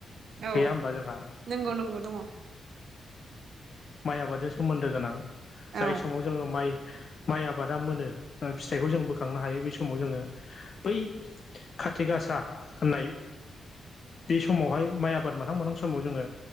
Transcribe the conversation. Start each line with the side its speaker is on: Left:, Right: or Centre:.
Right: औ
Left: गैया होमबा जोंहा
Right: नंगौ नंगौ दङ।
Left: माइ आबादजों सोमोन्दो गोनां
Right: औ
Left: जाय समाव जोङो माइ माइ आबादा मोनो फिथाइखौ जों बोखांनो हायो बे समाव जोङो बै काथि गासा होननाय बे समावहाय माइ आबाद मोनहां मोनहां समाव जोङो